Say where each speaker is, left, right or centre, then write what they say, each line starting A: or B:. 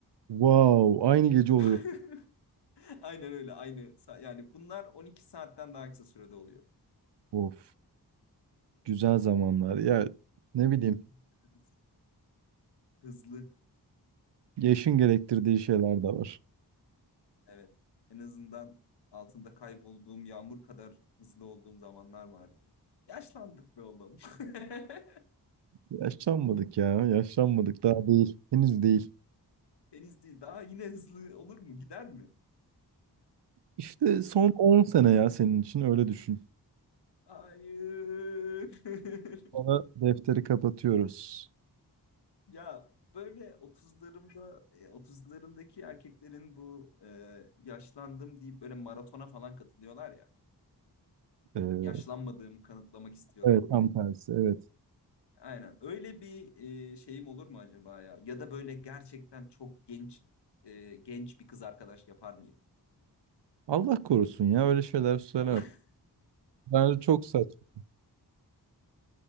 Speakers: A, on the right; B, on the left.
A: Wow, aynı gece
B: <laughs>
A: oluyor.
B: Aynen öyle, aynı. sa- Yani bunlar 12 saatten daha kısa sürede oluyor.
A: Of, güzel zamanlar. Ya ne bileyim,
B: <laughs> Hızlı.
A: yaşın gerektirdiği şeyler de var.
B: Evet. En azından altında kaybolduğum yağmur kadar hızlı olduğum zamanlar vardı. Yaşlandık be oğlum. <laughs>
A: Yaşlanmadık ya. Yaşlanmadık. Daha değil. Henüz değil.
B: Deniz değil. Daha yine hızlı olur mu? Gider mi?
A: İşte son 10 sene ya senin için öyle düşün.
B: Hayır. <laughs>
A: Sonra defteri kapatıyoruz.
B: Ya böyle 30'larımda e, otuzlarındaki erkeklerin bu e, yaşlandım deyip böyle maratona falan katılıyorlar ya.
A: Ee,
B: Yaşlanmadığımı kanıtlamak istiyorum
A: evet tam
B: diye.
A: tersi. Evet.
B: Aynen. Öyle bir e, şeyim olur mu acaba ya? Ya da böyle gerçekten çok genç e, genç bir kız arkadaş yapar mıyım?
A: Allah korusun ya öyle şeyler söyleme.
B: Allah
A: Bence çok saçma.